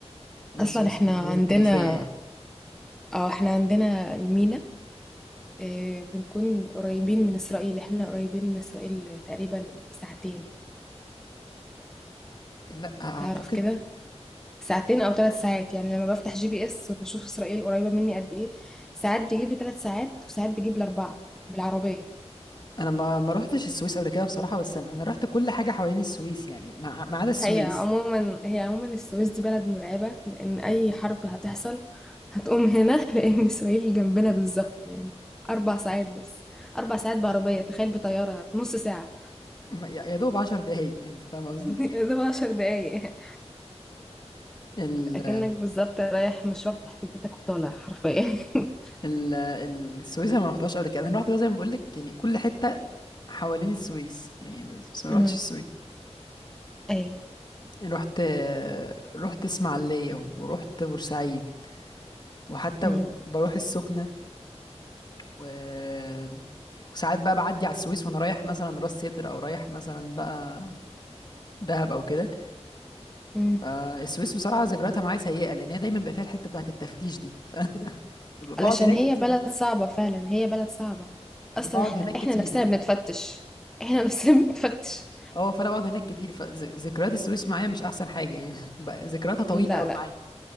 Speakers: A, on the left; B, in the centre.
A: هي
B: اصلا
A: السويس
B: احنا
A: بالمدن
B: عندنا
A: التاريخية يعني
B: اه احنا عندنا المينا آه، بنكون قريبين من إسرائيل احنا قريبين من إسرائيل تقريبا ساعتين
A: لا اعتقد
B: تعرف كده ساعتين أو ثلاث ساعات يعني لما بفتح جي بي إس وبشوف إسرائيل قريبة مني قد إيه ساعات بيجيب لي ثلاث ساعات وساعات بيجيب لي أربعة بالعربية
A: انا ما ما رحتش السويس قبل كده بصراحة بس انا أنا رحت كل حاجة حوالين السويس يعني ما ما عدا السويس
B: هي عموما هي عموما السويس دي بلد مرعبة لأن أي حرب هتحصل هتقوم هنا <laughs> لأن إسرائيل جنبنا بالظبط يعني أربع ساعات بس أربع ساعات بعربية تخيل بطيارة نص ساعة
A: ما- يا يا دوب عشر دقايق انت فاهم قصدي
B: <laughs> ده عشر دقايق
A: ال
B: اكنك بالظبط رايح مشوار تحت بيتك وطالع حرفيا <laughs>
A: ال- ال- السويس انا ما رحتهاش قبل كده انا رحت بقى زي ما بقول لك يعني كل حته حوالين السويس يعني بس بس ما
B: امم
A: رحتش السويس
B: ايوه
A: رحت رحت اسماعيليه ورحت بورسعيد وحتى
B: امم
A: بروح السخنه و وساعات بقى بعدي على السويس وانا رايح مثلا راس سدر او رايح مثلا بقى دهب او كده
B: امم
A: فالسويس بصراحه ذكرياتها معايا سيئه لان هي دايما بقى فيها الحته بتاعت التفتيش دي <laughs> ف بقعد
B: علشان
A: هناك
B: هي
A: كتير
B: بلد صعبة فعلا هي بلد صعبة
A: بقعد
B: اصلا احنا
A: هناك
B: احنا
A: كتير
B: نفسنا
A: يعني
B: بنتفتش احنا <laughs> نفسنا بنتفتش
A: اه فانا بقعد هناك كتير فذكريات السويس معايا مش احسن حاجه يعني <laughs> بقى ذكرياتها طويله
B: لا
A: قوي
B: لا
A: معايا